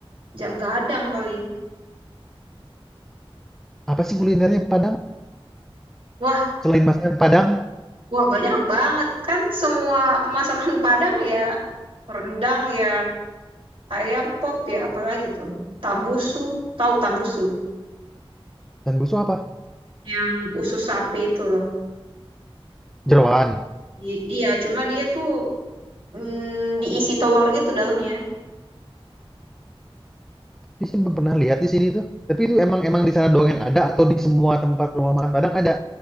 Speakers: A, on the right; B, in the centre.
A: Jam Gadang paling.
B: Apa sih kulinernya Padang?
A: Wah,
B: Selain masakan Padang
A: wah banyak banget kan semua masakan Padang ya rendang ya ayam pop ya apalagi tuh tambusu tahu tambusu
B: dan busuk apa?
A: yang usus sapi itu loh
B: Jeroan.
A: I- iya cuma dia tuh mm, diisi telur gitu dalamnya.
B: Di sini belum pernah lihat di sini tuh. Tapi itu emang emang di sana doang yang ada atau di semua tempat rumah makan Padang ada.